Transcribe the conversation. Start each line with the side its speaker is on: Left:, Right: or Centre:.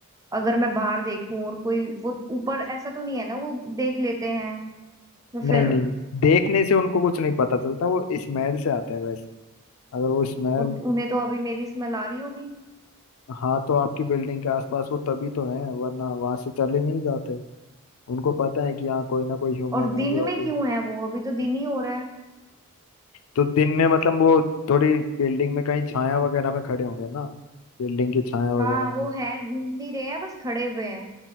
Right: अगर मैं बाहर देखूं और कोई वो ऊपर ऐसा तो नहीं है ना वो देख लेते हैं तो फिर
Left: नहीं नहीं देखने से उनको कुछ नहीं पता चलता वो स्मेल से आते हैं अगर वो स्मेल
Right: और उन्हें तो अभी मेरी स्मेल आ रही होगी
Left: हाँ तो आपकी बिल्डिंग के आसपास वो तभी तो है वरना वहां से चले नहीं जाते उनको पता है कि यहाँ कोई ना कोई ह्यूमन
Right: और
Left: है
Right: दिन
Left: जो
Right: में
Left: अभी
Right: क्यों है वो अभी तो दिन ही हो रहा है
Left: तो दिन में मतलब वो थोड़ी बिल्डिंग में कहीं छाया वगैरह में खड़े होंगे ना बिल्डिंग की छाया वगैरह
Right: हाँ
Left: में
Right: वो है घूम नहीं रहे हैं बस खड़े हुए हैं